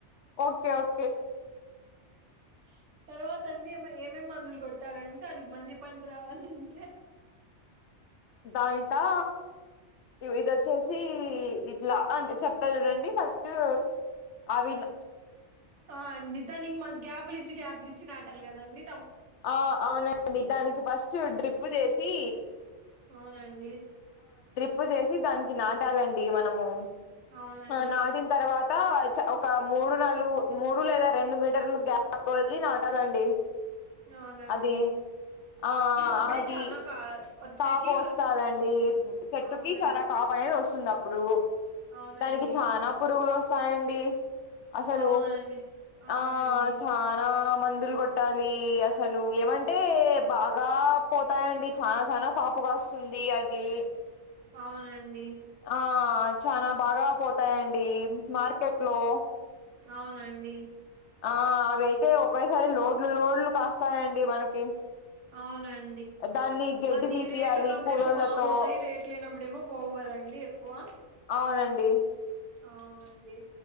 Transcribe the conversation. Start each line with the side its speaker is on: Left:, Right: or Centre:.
Left: ఓకే ఓకే
Right: ఆ తర్వాత అండి ఏమేం మందులు కొట్టాలండి దానికి మంచి పంట రావాలంటే <inaudible>
Left: దానికా ఇదొచ్చేసి ఇట్లా అంటే చెప్తా చూడండి ఫస్ట్ అవిలా
Right: ఆ అండి దానికి గ్యాప్లు ఇచ్చి గ్యాప్లు ఇచ్చి నాటాలి కదా అండి
Left: ఆ అవునండి దానికి ఫస్ట్ డ్రిప్పు చేసి
Right: అవునండి
Left: ప్పు చేసి దానికి నాటాలండి మనము
Right: అవునండి
Left: ఆ నాటిన తర్వాత ఒక మూడు నాలుగు మూడు లేదా రెండు మీటర్లు గ్యాప్ వదిలి నాటాలండి
Right: అవునండి
Left: అది ఆ
Right: అప్పుడే
Left: అది
Right: చానా కా వచ్చేకి
Left: కాపు వస్తాదండి చెట్టుకి
Right: అవునండి
Left: చానా కాపు పైన వస్తుంది అప్పుడు
Right: అవునండి
Left: దానికి చనా పురుగులు వస్తాయండి అసలు
Right: అవునండి అవునండి
Left: ఆ ఛానా మందులు కొట్టాలి అసలు ఏమంటే బాగా పోతాయండి చాల చనా కాపు కాస్తుంది అది
Right: అవునండి
Left: ఆ చాలా బాగా పోతాయండి మార్కెట్ లో
Right: అవునండి
Left: ఆ అవైతే ఒకేసారి లోడ్లు లోడ్లు కాస్తాయండి మనకి
Right: అవునం
Left: దాన్ని గడ్డి
Right: డి
Left: తీపియాలి
Right: రేట్ ఉన్నప్పుడేమో
Left: కూలోళ్ళతో
Right: బా పోతాయి రేట్ లేనప్పుడేమో పోవు కదండి ఎక్కువ
Left: అవునండి
Right: అవునండి